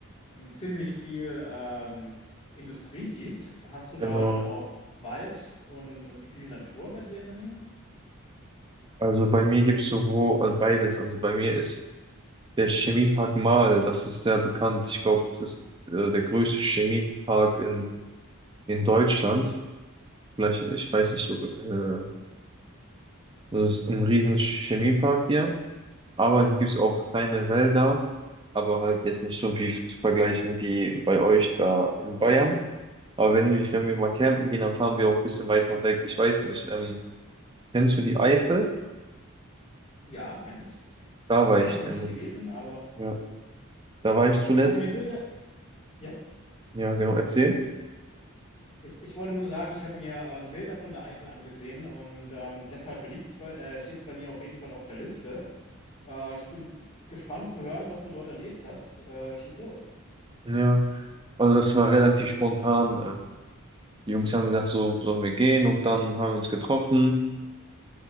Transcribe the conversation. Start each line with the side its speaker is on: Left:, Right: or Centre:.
Left: ähm, ziemlich viel ähm, Industrie gibt. Hast du da
Right: Genau.
Left: dann auch Wald und, und viel Natur bei dir in der Nähe?
Right: Also bei mir gibt es sowohl äh, beides. Also bei mir ist der Chemiepark Marl, das ist sehr bekannt. Ich glaube, das ist äh, der größte Chemiepark in, in Deutschland. Vielleicht, ich weiß nicht so, äh, das ist ein riesen Chemiepark hier. Aber hier gibt es auch keine Wälder, aber halt jetzt nicht so wie zu vergleichen wie bei euch da in Bayern. Aber wenn, ich, wenn wir mal campen gehen, dann fahren wir auch ein bisschen weiter weg. Ich weiß nicht, ähm, kennst du die Eifel?
Left: Ja, kenne ich.
Right: Da
Left: Selber
Right: war ich,
Left: noch nicht
Right: ähm,
Left: gewesen, aber
Right: ja, da war
Left: Ich,
Right: ich zuletzt.
Left: ich habe mir Bilder, ja,
Right: Ja, genau, erzähl.
Left: ich, ich wollte nur sagen, ich habe mir ähm, Bilder von der Eifel angesehen und ähm, deshalb liegt's bei, äh, steht es bei mir auf jeden Fall auf der Liste. Äh, ich bin gespannt zu hören, was du dort erlebt hast. Äh, schieß los.
Right: Ja, also das war relativ spontan. Ähm, die Jungs haben gesagt, so sollen wir gehen und dann haben wir uns getroffen